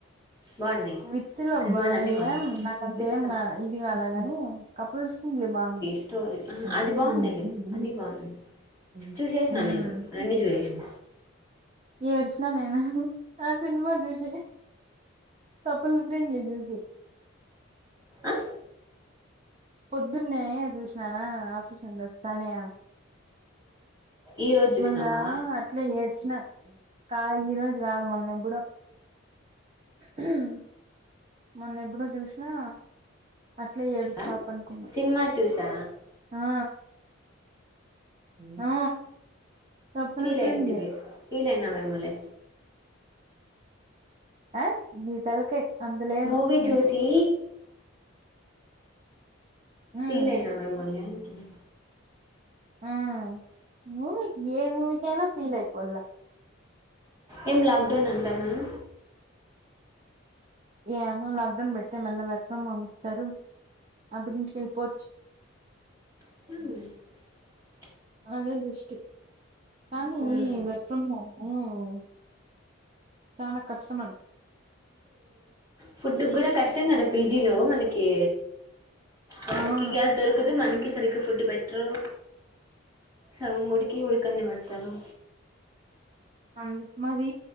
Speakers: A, on the right; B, on the right.
A: బాగున్నాయి
B: విత్ లవ్వా
A: సినిమాలు అన్నీ బాగున్నాయి
B: ఏం నాకు అంతేం
A: విత్ లవ్
B: ఇది కాలే కాని కపుల్స్ <unintelligible> బాగుంది
A: స్టోరీ ఆ,
B: <unintelligible>
A: అది బాగుందిలే అది బాగుంది చూసేసిన
B: ఉమ్
A: నేను రెండు చూసేసిన
B: ఏడ్చిన నేను ఆ సినిమా చూసి కపుల్ ఫ్రెండ్లీ జూసి
A: అ
B: పొద్దున్నే చూసిననా ఆఫీస్ నుండి వస్తానే
A: ఈరోజు చూసినావా
B: మల్ల అట్లే ఏడ్చిన కాద్ ఈరోజు కాదు మొన్న ఎప్పుడో ఉహ్మ్ హు మొన్న ఎప్పుడో చూసినా అట్లా ఏడుస్తా
A: ఆ?
B: పడుకున్న
A: సినిమా చూసా
B: ఆ ఆ కపుల్
A: ఫీల్
B: ఫ్రెండ్లీ
A: అయింటివి ఫీల్ అయినావా ఏమో లే
B: ఆ నీ తలకాయ్ అంత లేదు
A: మూవీ
B: మనకి
A: చూసి
B: ఉమ్
A: ఫీల్ అయినావా ఏమోలే అంటున్నా
B: ఉమ్ మూవీకి ఏ మూవీకి అయినా ఫీల్ అయిపోలా
A: ఏం లాక్ డౌన్ అంటాన్నారు
B: ఏమో లాక్ డౌన్ పెడితే మళ్ళీ వర్క్ ఫ్రొం హోమ్ ఇస్తారు అప్పుడు ఇంటికి వెళ్ళిపోవచ్చు
A: హు
B: అదే బెస్ట్ కనీ
A: ఉమ్.
B: వర్క్ ఫ్రమ్ హోమ్ చానా కష్టం అద్
A: ఫుడ్ కూడా కష్టం కదా పీజీలో మనకి వాళ్ళకి
B: అవును
A: గ్యాస్ దొరకదు మనకి సరిగ ఫుడ్డు పెట్టరు. సగం ఉడికి ఉడకన్ది పెడతారు
B: అందుకు మాది